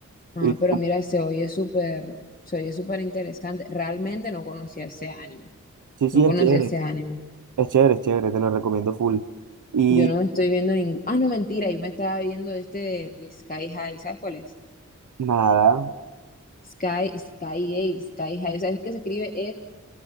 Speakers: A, on the left (about 30°); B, on the right (about 80°).
A: Ah,
B: Y,
A: pero mira, se oye súper, se oye súper interesante. Realmente no conocía ese anime.
B: sí, sí,
A: No conocía
B: es chévere.
A: ese anime.
B: Es chévere, es chévere, te lo recomiendo full. Y
A: Yo no me estoy viendo ningún. Ah, no, mentira, yo me estaba viendo este de, de Sky High. ¿Sabes cuál es?
B: nada,
A: Sky, Sky High, Sky High. ¿Sabes que se escribe